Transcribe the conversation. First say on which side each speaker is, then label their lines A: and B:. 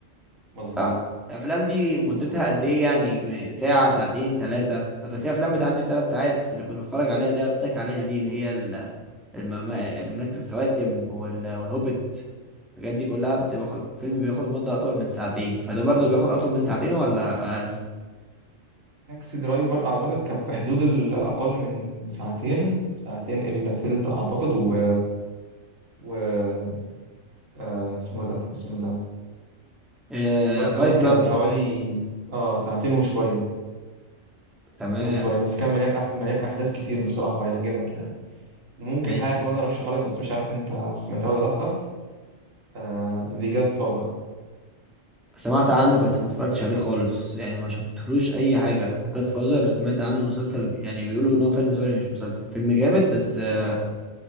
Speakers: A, on the right (about 85°); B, in the centre.
A: مظبوط
B: صح الافلام دي مدتها
A: آه.
B: قد ايه يعني ساعه ساعتين ثلاثه قصدك في افلام بتعدي ثلاث ساعات اللي كنت بتفرج عليها اللي هي قلت لك عليها دي اللي هي ال- المم- مملكه الخواتم وال- والهوبيت الحاجات دي كلها بتبقى خ- فيلم بياخد مده اطول من ساعتين فده برضه بياخد اطول من ساعتين ولا اقل
A: تاكسي درايفر اعتقد كان في حدود الاقل من ساعتين ساعتين الا تلت اعتقد و, و... آه اسمه إيه ده بسم الله
B: آه
A: فايت
B: فايت
A: كلاب كان
B: كلاب
A: حوالي اه ساعتين وشويه ساعتين
B: تمام
A: وشوية بس كان مليان أح... مليان أحداث كتير بصراحة وهيعجبك يعني ممكن
B: ماشي
A: حاجة كمان أرشحها لك بس مش عارف أنت سمعتها ولا لأ آه... The Godfather
B: سمعت عنه بس ما اتفرجتش عليه خالص يعني ما شفتلوش اي حاجه جاد فازر سمعت عنه مسلسل يعني بيقولوا ان هو فيلم سوري مش مسلسل فيلم جامد بس آه،
A: آه